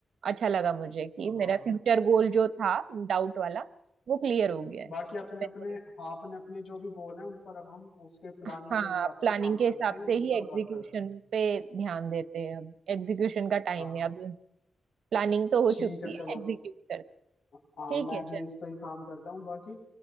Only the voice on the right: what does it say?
अच्छा लगा मुझे कि
मेरा फ्यूचर गोल जो था डाउट वाला वो क्लियर हो गया है
अब मैं
थोड़े
हाँ
प्लानिंग
के
हिसाब
से ही
एग्जीक्यूशन
पे ध्यान देते हैं अब एग्जीक्यूशन का टाइम
है अब प्लानिंग तो हो
चुकी
है एग्जीक्यूट करते हैं।
ठीक
है चल